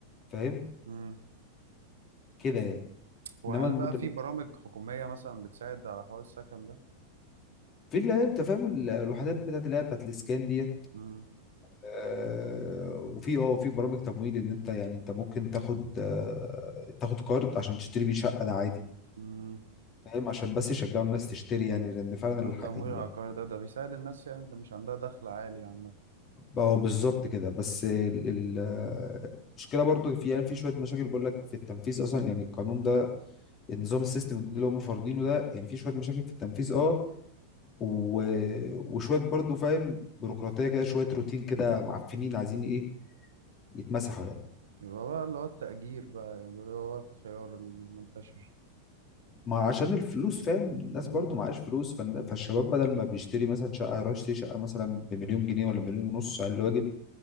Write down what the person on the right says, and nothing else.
مم.
وهل
بقى في برامج حكومية مثلا بتساعد على حوار السكن ده؟
مم.
مم.
اللي
هو التمويل
العقاري ده ده بيساعد الناس يعني اللي مش عندها دخل عالي عامة
يبقى بقى اللي هو التأجير بقى يعني ده هو الخيار المنتشر
مم.